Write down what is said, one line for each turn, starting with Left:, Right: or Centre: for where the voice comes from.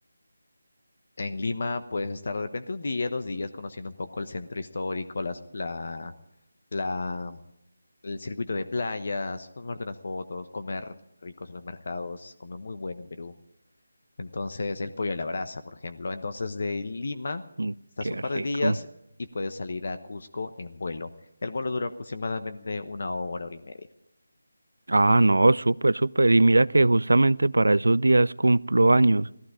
Left: En Lima puedes estar de repente un día, dos días, conociendo un poco el centro histórico, las, la, la el circuito de playas, tomarte unas fotos, comer ricos en los mercados, comer muy bueno en Perú. Entonces, el pollo a la brasa, por ejemplo. Entonces, de Lima,
Right: Mm,
Left: estás
Right: Qué
Left: un par de
Right: rico.
Left: días y puedes salir a Cusco en vuelo. El vuelo dura aproximadamente una hora, hora y media.
Right: Ah, no, súper, súper. Y mira que justamente para esos días cumplo años.